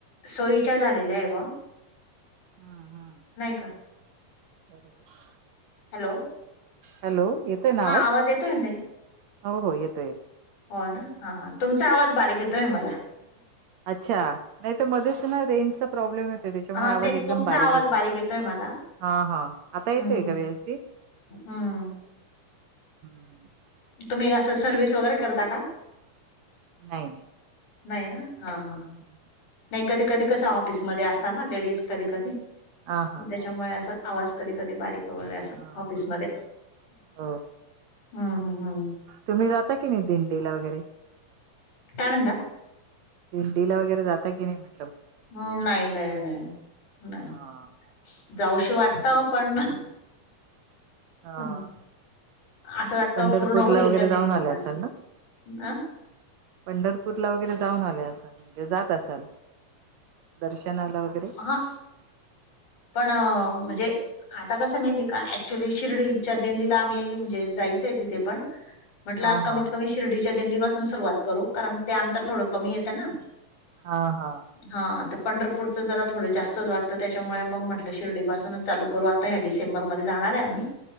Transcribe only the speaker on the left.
सोयीच्या झालेल्या आहे बवा.
का
हॅलो?
हा
येतोय ना ताई
हो ना, हा हा, तुमचा आवाज बारीक येतोय मला.
हा नाही
तुमचा
आवाज
येतोय मला
हम्म
हम्म
तुम्ही असं सर्विस वगैरे करता का?
नाही ना, हा हा.
नाही, कधी कधी, कसं ऑफिसमध्ये असता ना लेडीज, कधी कधी
त्याच्यामुळे
असं आवाज कधी कधी बारीक वगैरे, अस
ऑफिसमध्ये.
हम्म हम्म हम्म.
काय म्हणता?
हम्म! नाही, नाही, नाही, नाही.
जाऊशी वाटत हो पण
हं. असं वाटतं
पूर्ण होईल
का नाही
ब
असं
अ
हा पण म्हणजे, आता कसं हे माहिती आहे का, ॲक्च्युली शिर्डीलच्या दिंडीला आम्ही, एग म्हणजे जायचे आहे तिथे पण. म्हटला
कमीत
कमी शिर्डीच्या दिंडी पासून सुरुवात करू, कारण ते आंतर थोडं कमी येतं ना.
हा, तर पंढरपूरचं जरा थोडं जास्तच वाटतं, त्याच्यामुळे मग म्हटलं शिर्डीपासूनच चालू करू आता या डिसेंबरमध्ये जाणार हाय आम्ही,